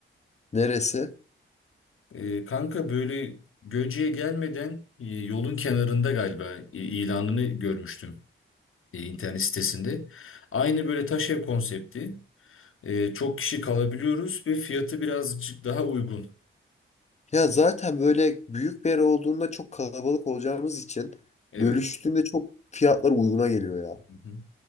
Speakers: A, on the left; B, on the left.
A: Neresi?
B: E, kanka böyle Göce'ye gelmeden e, yolun kenarında galiba e, ilanını görmüştüm. e, internet sitesinde. Aynı böyle taş ev konsepti. E, çok kişi kalabiliyoruz ve fiyatı birazcık daha uygun.
A: Ya zaten böyle büyük bir yer olduğunda çok kalabalık olacağımız için
B: Evet.
A: bölüştüğünde çok fiyatlar uyguna geliyor ya.
B: Hı hı.